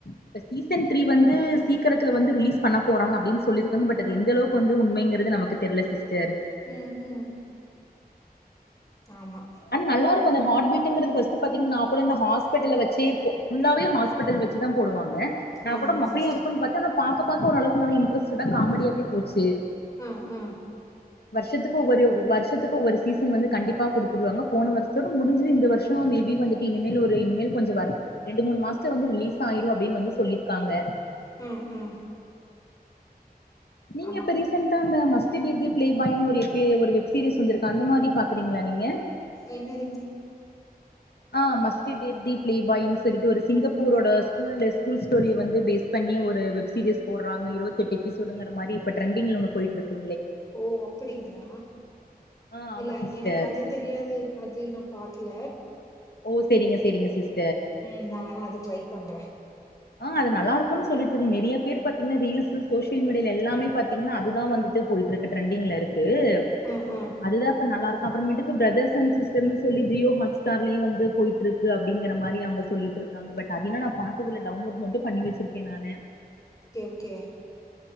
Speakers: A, on the left; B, on the left.
A: இப்ப சீசன் த்ரி வந்து சீக்கரத்துல வந்து ரீஸ் பண்ண போறாங்க அப்டின் சொல்லிருக்காங்க பட் அது எந்த அளவுக்கு வந்து உண்மைங்குறது நமக்கு தெரில சிஸ்டர்
B: ம் ம் ஆமா.
A: அன் நல்லாருக்கு அந்த ஹாட் பீட் டிங்குறுது ஃபஸ்ட்டு பத்திங் நா கூட இந்த ஹாஸ்பிட்டல வச்சி ஃபுல்லாவே ஹாஸ்பிட்டல் வச்சி தா போடுவாங்க நா
B: ஆமாங்க
A: கூட மொக்கயாயிருக்குன்
B: சிஸ்டர்.
A: பாத்தன் ஆனா பாக்க பாக்க ஓரளவுக்கு நல்லா இன்ட்ரெஸ்ட்டுடா காமெடியாவே போச்சு
B: ம் ம்
A: வருஷத்துக்கு ஒவ்வொரு வருஷத்துக்கு ஒவ்வொரு சீசன் வந்து கண்டிப்பா குடு த்துருவாங்க போன வருஷத்தோட முடிஞ்சுது இந்த வருஷோ மேபி வந்துட்டு இனிமேல் ஒரு இனிமேல் கொஞசோ ஒர்க் ரெண்டு மூணு மாசத்துலயே வந்து ரிலீஸ் ஆயிரு அப்டின் வந்து சொல்லிருக்காங்க
B: ம் ம்
A: நீங்க
B: ஆமா.
A: இப்ப ரீசண்டா அந்த மஸ்ட் டேட் தெ பிளேபாய்னு ஒரு எபி வெப் சீரிஸ் வந்துருக்கா அந்த மாதிரி பாக்கறீங்ளா நீங்க
B: என்னதுங்
A: ஆ மஸ்ட் டேட் தி பிளே பாய்னு சொல்லிட்டு ஒரு சிங்கப்பூரோட ஸ்கூல்ல ஸ்கூல் ஸ்டோரிய வந்து பேஸ் பண்ணி ஒரு வெப்சீரியஸ் போடுறாங்க இருவத்தெட்டு எப்பிசோடுங்கிற மாரி இப்ப ட்ரெண்டிங்ல ஒன்னு போயிட்டுருக்கு
B: ஓ அப்டிங்ளா
A: ஆ ஆமா
B: இல்ல
A: சிஸ்டர்
B: எனக்கு அது தெரியாது அது நா பாக்ல
A: ஓ செரிங்க செரிங்க சிஸ்
B: ம் நா வேணா அது ட்ரை பண்ற
A: ஆ அது நல்லாருக்குன் சொல்லிட்டுருங் நெறய பேரு பாத்தீங்கன்னா ரீல்ஸ் சோசியல் மீடியால எல்லாமே பாத்தீங்னா அதுதா வந்துட்டு போயிட்டுருக்கு ட்ரெண்டிங்கிலருக்கு து
B: அ, ஆ.
A: அதுதா இப்ப நல்லாருக்கு அப்றமேட்டுக்கு பிரதர்ஸ் அண்ட் சிஸ்டர்னு சொல்லி ஜியோ ஹாட் ஸ்டார்லயே வந்து போயிட்டுருக்கு அப்டிங்கிற மாரி அவுங்க சொல்லிட்டு ருக்காங்க பட் அத நா பாத்ததுதில்ல டவுன்லோடு மட்டு பண்ணி வெச்சிருக்கேன் நானு
B: ஓகே ஓகே